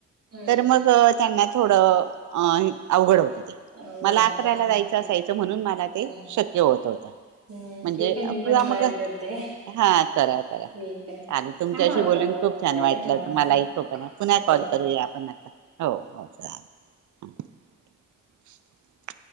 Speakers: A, on the right (about 45°); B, on the right (about 65°).
A: हं,
B: तर मग
A: हं.
B: त्यांना थोडं अ हि अवघड होत.
A: अवघड
B: मला
A: होतं.
B: अकराला
A: हां,
B: जायच असायचं
A: ठीक.
B: म्हणून मला ते
A: हं,
B: शक्य होत होत
A: हं.
B: म्हणजे
A: ठीक आहे, मी
B: किंवा
A: पण ट्राय
B: मग
A: करते.
B: हा चला चला चालेल
A: ठीक आहे.
B: तुमच्याशी
A: छान वाटलं
B: बोलून खूप छान
A: ताई.
B: वाटलं
A: हां,
B: तुम्हाला <unintelligible> पुन्हा
A: हो.
B: कॉल करूया आपण आता हो हो चालेल. <unintelligible>